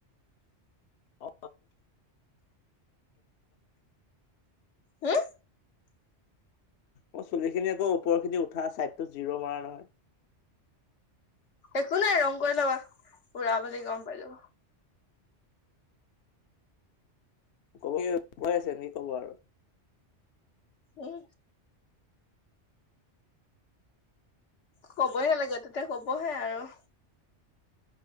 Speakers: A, on the left; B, on the left.
A: অ
B: হম
A: মই চুলি খিনি আকৌ ওপৰ খিনি উঠা চাইডটোো জিৰো মাৰা নহয়
B: একো নাই ৰং কৰি লবা উুৰা বুলি গম পাইো
A: কব কি কৈ আছে নেকি ক'ব আৰু
B: উম কবইে নালাগে তেতিয়া কবহে আৰু